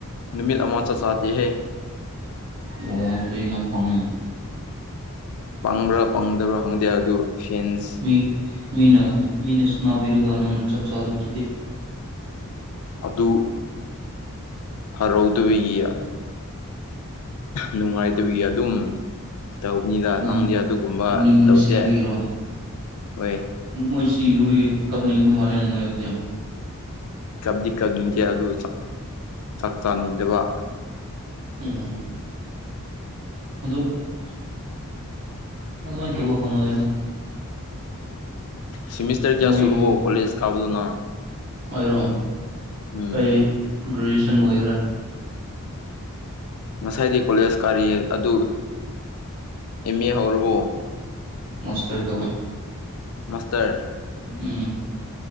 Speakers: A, on the left; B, on the right.
A: ꯅꯨꯃꯤꯠ ꯑꯃ ꯆꯥꯛ ꯆꯥꯗꯦꯍꯦ
B: ꯑꯣ ꯑꯗꯨꯗꯤ ꯅꯪ ꯄꯥꯡꯉꯦꯅꯦ
A: ꯑꯂꯡꯄꯪꯕ꯭ꯔꯥ ꯄꯪꯗꯕ꯭ꯔꯥ ꯈꯪꯗꯦ ꯑꯗꯨ ꯐꯦꯟꯁ
B: ꯃꯤ ꯃꯤꯅ ꯃꯤꯅꯁꯥꯅꯥꯕꯤꯔꯒ ꯅꯪꯅ ꯆꯥꯛ ꯆꯥꯗꯕꯁꯤꯗꯤ
A: ꯑꯗꯨ ꯍꯔꯧꯗꯕꯒꯤ ꯅꯨꯡꯉꯥꯏꯇꯕꯒꯤ ꯑꯗꯨꯝ ꯇꯧꯕꯅꯤꯗ
B: ꯄꯨꯛꯅꯤꯡ
A: ꯅꯪꯗꯤ ꯑꯗꯨꯒꯨꯝꯕ
B: ꯄꯨꯛꯅꯤꯡ ꯅꯨꯡꯁꯤꯕꯒꯤꯔꯣ
A: ꯇꯧꯗꯦ ꯍꯣꯏ
B: ꯃꯣꯏ ꯁꯤꯈ꯭ꯔꯕꯒꯤ ꯀꯞꯅꯤꯡꯕ ꯃꯥꯜꯂꯦꯅ ꯅꯣꯏ ꯑꯗꯨꯗꯤ
A: ꯀꯞꯗꯤ ꯀꯞꯅꯤꯡꯗꯦ ꯑꯗꯨ ꯆꯥꯛ ꯆꯥꯅꯤꯡꯗꯕ
B: ꯎꯝ ꯑꯗꯨ ꯑꯗꯨꯃꯥꯏꯅ ꯇꯧꯕ ꯍꯣꯠꯅꯗꯅꯣ
A: ꯁꯤꯃꯤꯁꯇꯔ ꯀꯌꯥ
B: ꯃꯣꯏꯒꯤ
A: ꯁꯨꯔꯕꯣ ꯀꯣꯂꯦꯖ ꯀꯥꯕꯗꯨ ꯅꯪ
B: ꯑꯩꯔꯣ
A: ꯎꯝ
B: ꯑꯩ ꯒ꯭ꯔꯦꯖꯨꯌꯦꯁꯟ ꯂꯣꯏꯈ꯭ꯔꯦ
A: ꯉꯁꯥꯏꯗꯤ ꯀꯣꯂꯦꯖ ꯀꯥꯔꯤꯌꯦ ꯑꯗꯨ ꯑꯦꯝ ꯑꯦ ꯍꯧꯔꯕꯣ
B: ꯃꯣꯁꯇꯔ ꯇꯧꯋꯦ
A: ꯃꯥꯁꯇꯔ
B: ꯎꯝ